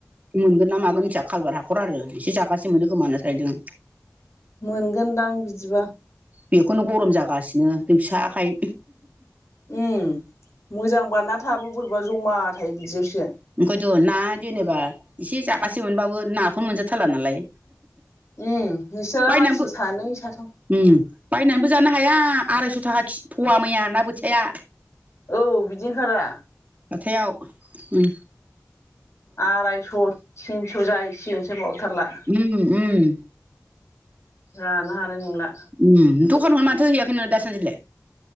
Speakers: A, on the right; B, on the left.
A: मोनगोन ना मागोन मोनथिया खालपार हाखर आरो एसे जागासे मोनो खोमा होनना सारहैयदों।
B: मोनगोनदां बिदिबा।
A: बेखौनो गरम जागासिनो दै फिसाखाइ।
B: उम मोजांबा ना थाबो बोरैबा जमा थायो बिदियावसो।
A: ओंखायथ' ना जेनेबा एसे जागासे मोनबाबो नाखौनो मोनजाथारला नालाय।
B: उम नोंसोरा
A: बायनानैबो
B: मानसि सानै साथाम
A: उम बायनाबो जानो हाया आरायस' थाखा खि फवा मैया ना बोथिया।
B: औ बिदि खारा।
A: हाथायाव मै
B: आरायस' थिनस' जाहैसिगोनसो बावथारला।
A: उम उम।
B: जानो हानाय नोंला।
A: उम दखानखौनो माथो हैयाखै नों दासान्दिलाय?